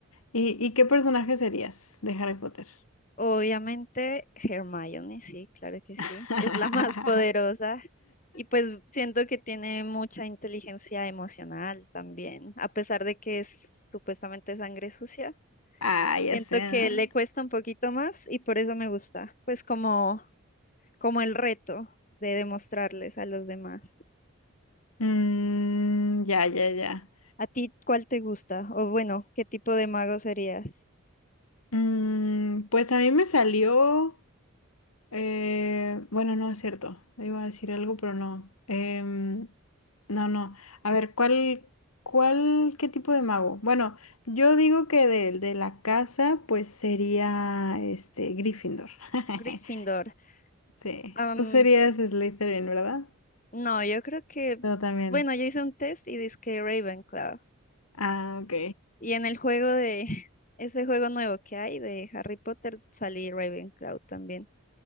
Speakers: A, on the left (about 85°); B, on the left (about 35°).
A: ¿Y, y qué personaje serías de Harry Potter?
B: obviamente Hermione, sí, claro que sí,
A: <laughs>
B: es la más poderosa y pues siento que tiene mucha inteligencia emocional también, a pesar de que es supuestamente sangre sucia.
A: Ah, ya
B: Siento
A: sé,
B: que
A: ¿no?
B: le cuesta un poquito más y por eso me gusta, pues como como el reto de demostrarles a los demás.
A: Mm, ya, ya, ya.
B: ¿A ti cuál te gusta? O bueno, ¿qué tipo de mago serías?
A: Mm, pues a mí me salió. Eh, bueno, no es cierto. Iba a decir algo, pero no. Em, no, no. A ver, ¿cuál, cuál, qué tipo de mago? Bueno, yo digo que del de la casa, pues sería este Gryffindor. <laughs>
B: Gryffindor.
A: Sí.
B: Am,
A: Tú serías Slytherin, ¿verdad?
B: no, yo creo que,
A: Yo también.
B: bueno, yo hice un test y dizque Ravenclaw.
A: Ah, ok.
B: Y en el juego de, <laughs> ese juego nuevo que hay de Harry Potter, salí Ravenclaw también.